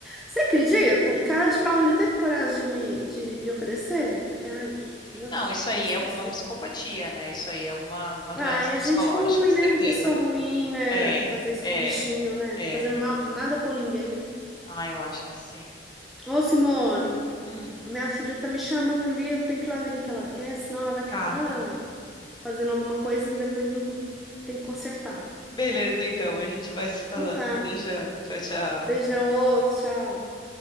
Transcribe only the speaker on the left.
Não, isso aí
é alguma
psicopatia, né? Isso aí é alguma, alguma
doença
psicológica,
certeza.
É,
é,
é.
Ah, eu acho que sim.
Hum,
tá.
Beleza, então, a gente vai se
falando.
Beijão, tchau, tchau.